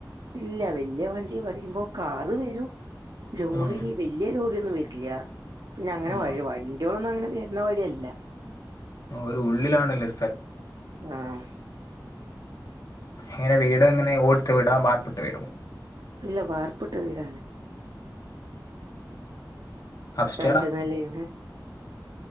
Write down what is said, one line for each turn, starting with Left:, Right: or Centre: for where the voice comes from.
Right: ഇല്ല വെല്ല്യ വണ്ടി പറിയുമ്പോ കാറ് വെരും ലോറി
Left: ആഹ്
Right: വെല്ല്യ ലോറി. ണ്ടി ഒന്നും വെരില്ല. പിന്നെ അങ്ങനെ
Left: ആഹ്
Right: വഴി വണ്ടിളൊന്നും അങ്ങനെ വെര്ണ വഴിയല്ല.
Left: ആ ഒര് ഉള്ളിലാണല്ലേ സ്ഥ
Right: ആഹ്
Left: എങ്ങനെ വീട എങ്ങനെ ഓടുട്ട വീടാ വാർപ്പിട്ട വീടോ?
Right: ഇല്ല വാർപ്പ്ട്ട വീടാണ്.
Left: അപ്സ്റ്റെയറാ
Right: രണ്ട് നെലയാണ്.